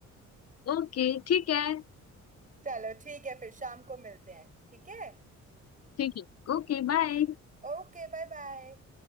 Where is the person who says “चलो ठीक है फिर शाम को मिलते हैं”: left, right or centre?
Right